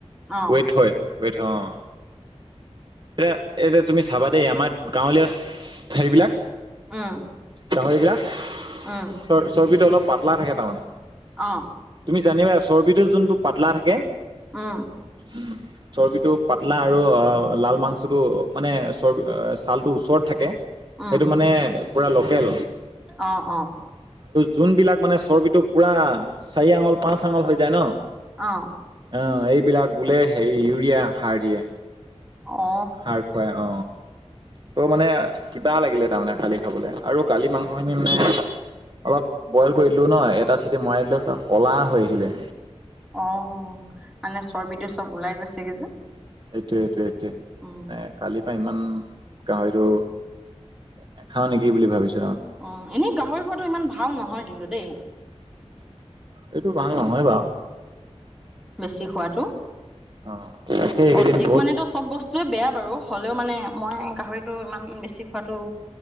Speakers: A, in the centre; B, on the right.
A: অ
B: ৱেইট হয়। ৱেইট হয় অ। এয়া এতি তুমি চাবা দেই আমাৰ গাঁৱলীয়া ঠাই বিলাক
A: উম
B: গাহৰিবলাক চ
A: উম
B: চৰ্বিতটো অলপ পাতলা থাকে তাৰমানে
A: অ
B: তুমি জানিবা চৰ্বিটোৰ যোনটো পাতলা থাকে
A: উম
B: উ চৰ্বিটো পাতলা আৰু অ লাল মাংসটো মানে চৰ্ব ছালটোৰ ওচৰত থাকে
A: উম
B: সেইটো মানে পূৰা লোকেল
A: অ অ
B: যোন বিলাক মানে চৰ্বিটো পুৰা চাৰি আঙল পাঁচ আঙল হৈ যায় ন
A: অহ
B: অ এইবিলাক বোলে হে ইউৰিয়া সাৰ দিয়ে।
A: অ
B: সাৰ খুৱাই অ ত' মানে কিবা লাগিলে তাৰমানে কালি খাবলৈ আৰু কালি মাংস খিনি মানে অলপ বইল কৰি দো ন এটা চিটি মৰা দিলো ক'লা হৈ আহিলে।
A: অ মানে চৰ্বটো চব ওলাই গৈছে গে যে
B: এইটোয়ে এইটোয়ে এইটোয়ে
A: উম
B: মানে কালিৰ পৰা ইমান গাহৰিতটো নাখাও নেকি বুলি ভাবিছ-
A: অ এনেই গাহৰি খোৱাটো ইমান ভাল নহয় কিন্তু দেই।
B: এইটো ভাল
A: উম
B: নহয় বাও।
A: বেছি খোৱাতটো।
B: অ তাকে এইকেইদিন
A: অধিক
B: বহুত
A: মানো চব বস্তুৱয়ে বেয়া বাৰু হ'লেও মানে মই গাহৰিটো ইমান বেছি খোৱাতটো